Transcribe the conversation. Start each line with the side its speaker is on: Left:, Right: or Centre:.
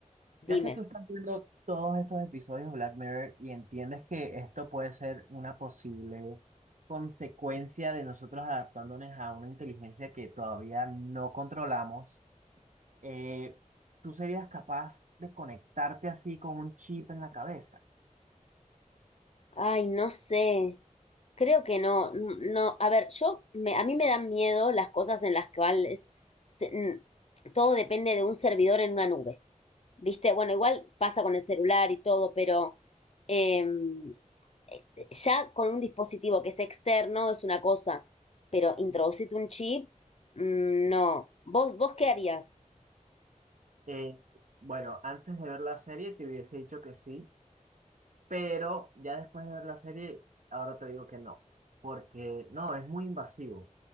Left: Dime.
Right: Ya que tú estás viendo todos estos episodios de Black Mirror y entiendes que esto puede ser una posible consecuencia de nosotros adaptándonos a una inteligencia que todavía no controlamos, eh, ¿tú serías capaz de conectarte así con un chip en la cabeza?
Left: Ay, no sé. Creo que no, no. A ver, yo, me, a mí me dan miedo las cosas en las cuales se- n- todo depende de un servidor en una nube. Viste, bueno, igual pasa con el celular y todo, pero em, eh, ya con un dispositivo que es externo es una cosa, pero introducirte un chip, mm, no. ¿Vos, vos qué harías?
Right: Eh, bueno, antes de ver la serie te hubiese dicho que sí, Pero ya después de ver la serie, ahora te digo que no, porque no, es muy invasivo,